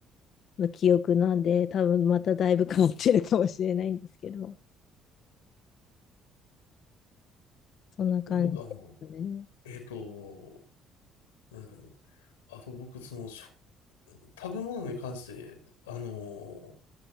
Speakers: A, on the left; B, on the left.
A: の記憶なんで、多分まただいぶ変わってるかもしれないんですけど、そんな感じですね。
B: なんかあの、えっと、なんかね、あと僕、その、食食べ物に関して、あの